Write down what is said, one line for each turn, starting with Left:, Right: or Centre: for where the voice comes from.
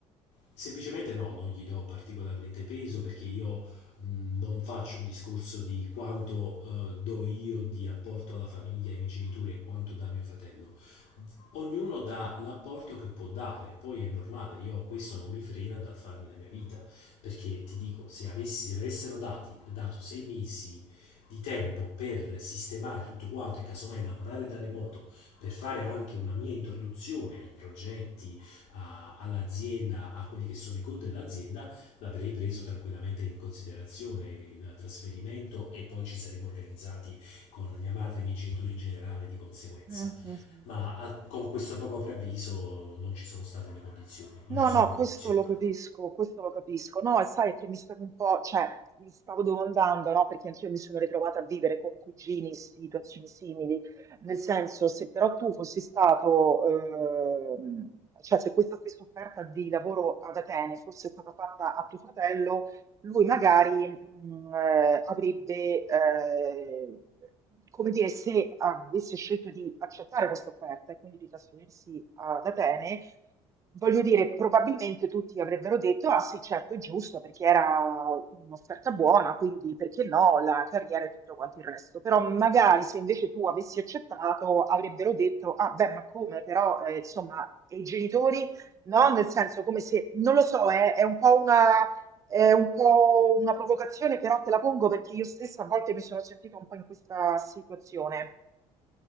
Left: Semplicemente no, non gli do particolarmente peso perché io mh, non faccio un discorso di quanto eh, do io di apporto alla famiglia, ai miei genitori e quanto dà mio fratello. Ognuno dà l'apporto che può dare, poi è normale, io questo non mi frena dal farmi la mia vita, perché ti dico, se, avessi, se avessero dati, dato sei mesi di tempo per sistemare tutto quanto e casomai lavorare da remoto, per fare anche una mia introduzione ai progetti, a- all'azienda, a quelli che sono i goal dell'azienda, l'avrei preso tranquillamente in considerazione il trasferimento e poi ci saremmo organizzati con mia madre e i miei genitori in generale di conseguenza.
Right: Mhm.
Left: Ma a- con questo poco preavviso non ci sono state le condizioni,
Right: No,
Left: non ci sono
Right: no,
Left: le
Right: questo
Left: condizioni.
Right: lo capisco, questo lo capisco. No, e sai che mi stavo un po', cioè, mi stavo domandando, no, perché anch'io mi sono ritrovata a vivere con cugini situazioni simili, nel senso, se però tu fossi stato, ehm, cioè, se questa stessa offerta di lavoro ad Atene fosse stata fatta a tuo fratello, lui magari, mh, eh, avrebbe, eh, come dire, se avesse scelto di accettare questa offerta e quindi di trasferirsi ad Atene, Voglio dire, probabilmente tutti avrebbero detto: "Ah sì, certo, è giusto perché era un'offerta buona, quindi perché no, la carriera e tutto quanto il resto". Però magari se invece tu avessi accettato avrebbero detto: "Ah beh, ma come però, ehm, insomma, e i genitori?" No, nel senso come se non lo so, è è un po' una è un po' una provocazione, però te la pongo perché io stessa a volte mi sono sentita un po' in questa situazione.